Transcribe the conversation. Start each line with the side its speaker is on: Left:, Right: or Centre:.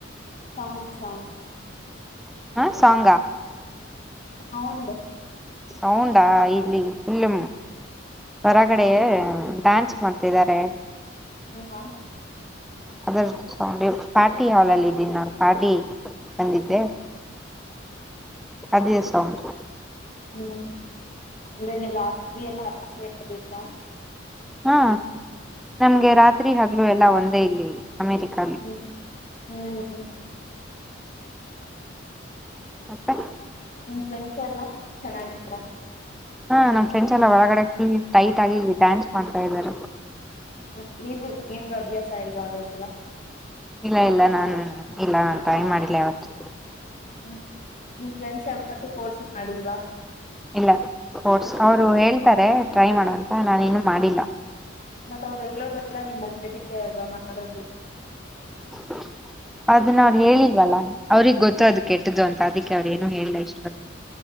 Left: ಸಾಂಗ್ ಸಾಂಗ್
Centre: ಹ ಸಾಂಗಾ
Left: ಸೌಂಡ್
Centre: ಸೌಂಡಾ ಇಲ್ಲಿ ಫುಲ್ ಹೊರಗಡೆ ಡಾನ್ಸ್ ಮಾಡ್ತಿದ್ದಾರೆ
Left: ಹಾ
Centre: ಅದ ಪಾರ್ಟಿ ಹಾಲ್ ಅಲ್ಲಿ ಇದ್ದೀನಿ ನಾನು ಪಾರ್ಟಿ ಬಂದಿದ್ದೆ ಅದೆ ಸೌಂಡ್
Left: ಹ್ಮ್ ಅಂದ್ರೆ ನೀವು ರಾತ್ರಿ ಎಲ್ಲ ಅಚೆ ಆತ್ತಾ
Centre: ಹಾ ನಂಗೆ ರಾತ್ರಿ ಹಗಲು ಎಲ್ಲ ಒಂದೇ ಇಲ್ಲಿ ಅಮೆರಿಕ
Left: ಹ್ಮ್ ಹ್ಮ್
Centre: ಮತ್ತೆ
Left: ನಿಮ್ ಫ್ರೆಂಡ್ಸ್ ಎಲ್ಲ ಚೆನ್ನಾಗಿದಾರ
Centre: ಹಾ ನಮ್ ಫ್ರೆಂಡ್ಸ್ ಎಲ್ಲ ಒಳಗಡೆ ಟೈಟ್ ಆಗಿ ಡ್ಯಾನ್ಸ್ ಮಾಡ್ತಾ ಇದಾರೆ
Left: ಹ ನೀವು ನಿಮ್ಗೆ ಅಭ್ಯಾಸ ಇಲ್ವ ಅದು ಎಲ್ಲ
Centre: ಇಲ್ಲ ಇಲ್ಲ ನಾ ಇಲ್ಲ ನಾ ಟ್ರೈ ಮಾಡಿಲ್ಲ ಯಾವತ್ತು
Left: ಹ್ಞೂ ನಿಮ್ಮ ಫ್ರೆಂಡ್ಸ್ ಯಾವತ್ತೂ ಫೋರ್ಸ್ ಮಾಡಿದ್ವಾ
Centre: ಇಲ್ಲ ಫೋರ್ಸ್ ಅವರು ಹೇಳ್ತಾರೆ ಟ್ರೈ ಮಾಡುವ ಅಂತ ನಾನು ಇನ್ನು ಮಾಡಿಲ್ಲ
Left: ಮತ್ತತ್ ಅವ್ರು ಹೇಳೋದೆಲ್ಲ ನಿಮ್ಮ್ ಒಳ್ಳದಕ್ಕೆ ಅಲ್ವಾ ಮಾಡೋದು
Centre: ಹ <inaudible> ಅದನ್ನ ಅವ್ರು ಹೇಳಿಲ್ವಲ್ಲ ಅವ್ರಗ್ ಗೊತ್ತು ಅದ ಕೆಟ್ಟದ್ದು ಅಂತ ಅದಕ್ಕೆ ಅವ್ರ ಏನು ಹೇಳಿಲ್ಲ ಇಷ್ಟು ಅ